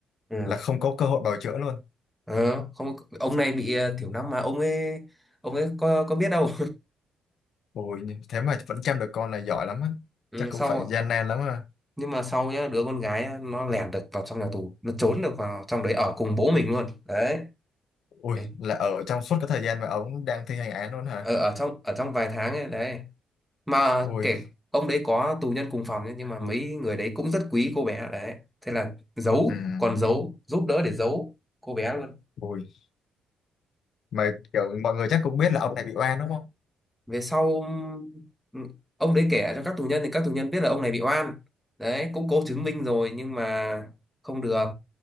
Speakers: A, in the centre; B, on the left.
A: ừ.
B: là không có cơ hội bào chữa luôn
A: Ờ, không ông này bị ờ, thiểu năng mà ông ấy ông ấy có có biết đâu
B: ôi thế mà vẫn chăm được con này giỏi lắm á
A: <laughs> ừ,
B: chắc cũng
A: sau
B: phải gian nan lắm á.
A: nhưng mà sau nhá đứa con gái á, nó lẻn được vào trong nhà tù nó trốn được vào trong đấy ở cùng bố mình luôn đấy
B: Ui,
A: Đấy.
B: là ở trong suốt cái thời gian mà ông đang thi hành án luôn hả?
A: ở, ở trong ở trong vài tháng ấy đấy mà
B: Ui,
A: kể ông đấy có tù nhân cùng phòng nhé nhưng mà mấy người đấy cũng rất quý cô bé đấy thế là giấu
B: ừ,
A: còn giấu giúp đỡ để giấu cô bé luôn
B: ui. Mà kiểu mọi người chắc cũng biết là ông này bị oan đúng không?
A: về sau ừm, ông đấy kể lại cho các tù nhân thì các tù nhân biết là ông này bị oan đấy cũng cố chứng minh rồi nhưng mà không được